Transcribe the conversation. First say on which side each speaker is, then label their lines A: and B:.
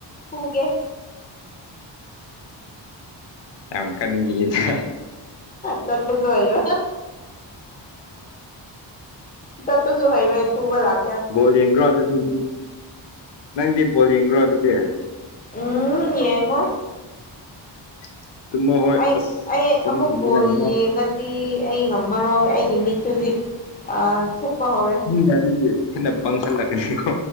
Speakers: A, on the left; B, on the left.
A: ꯍꯨꯒꯦ
B: ꯌꯥꯝ ꯀꯗꯤꯗ
A: ꯠꯇꯠꯁꯨ ꯑꯣꯏꯔ ꯆꯠ ꯄꯁꯨ ꯍꯥꯏꯔꯦ ꯐꯨꯕ ꯂꯥꯛ
B: ꯕꯣꯜ ꯌꯦꯡꯗꯔꯣ ꯑꯗꯨꯗꯤ ꯅꯪꯗꯤ ꯕꯣꯜ ꯌꯦꯡꯗꯔꯣ ꯑꯗꯨꯗꯤ
A: ꯎꯝ ꯌꯦꯡꯉꯣꯏ
B: <inaudible>
A: ꯑꯩ
B: ꯑꯁ
A: ꯑꯩ
B: ꯇꯨꯝꯈꯤꯅꯤ
A: ꯑꯃꯨꯛ ꯕꯣꯜ
B: ꯅꯪ
A: ꯌꯦꯡꯉꯗꯤ ꯑꯩ ꯉꯝꯃꯔꯣꯏ ꯑꯩꯒꯤ ꯃꯤꯠꯁꯨ ꯍꯧꯖꯤꯛ ꯑꯥ ꯊꯨꯞꯄ ꯍꯧꯔꯦ
B: ꯒꯥꯔꯤꯁꯦ ꯍꯦꯟꯅ ꯄꯥꯡꯁꯜꯂꯛꯀꯅꯤꯀꯣ